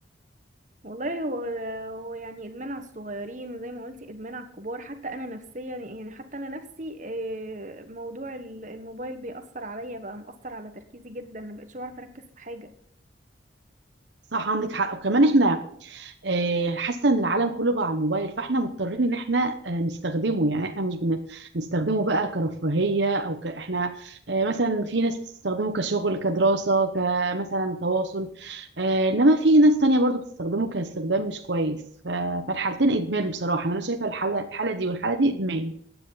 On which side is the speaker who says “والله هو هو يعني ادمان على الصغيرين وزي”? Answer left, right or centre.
Right